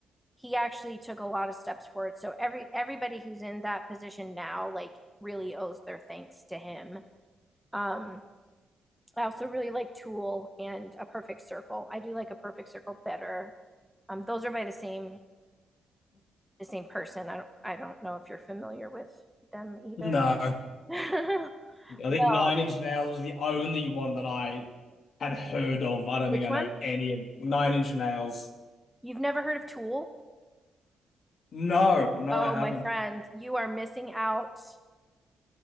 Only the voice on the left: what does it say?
No.
I
think Nine Inch Nails was the only one that I had heard of. I don't
think I
know any of Nine Inch Nails.
No, no,
I haven't.